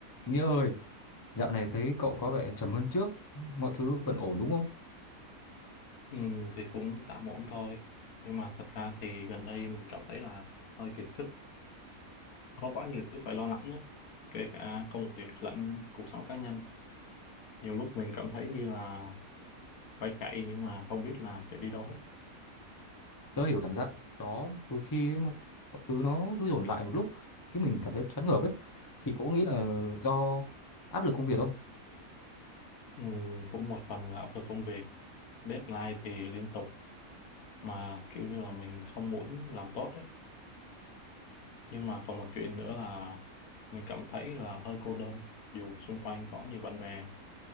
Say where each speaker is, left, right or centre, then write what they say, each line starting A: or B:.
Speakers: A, on the left; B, on the left.
A: Nghĩa ơi, dạo này thấy cậu có vẻ trầm hơn trước, mọi thứ vẫn ổn đúng không?
B: Ừ, thì cũng tạm ổn thôi nhưng mà thật ra thì gần đây mình cảm thấy là hơi kiệt sức có quá nhiều thứ phải lo lắng ấy. kể cả công việc lẫn cuộc sống cá nhân nhiều lúc mình cảm thấy như là phải chạy nhưng mà không biết là chạy đi đâu hết
A: Tớ hiểu cảm giác đó, đôi khi ấy, mọi thứ nó cứ dồn lại một lúc, cái mình cảm thấy choáng ngợp ấy. Thì cậu nghĩ là do áp lực công việc không?
B: ừ, cũng một phần là áp lực công việc deadline thì liên tục mà kiểu như là mình không muốn làm tốt ấy. nhưng mà còn một chuyện nữa là mình cảm thấy là hơi cô đơn dù xung quanh có nhiều bạn bè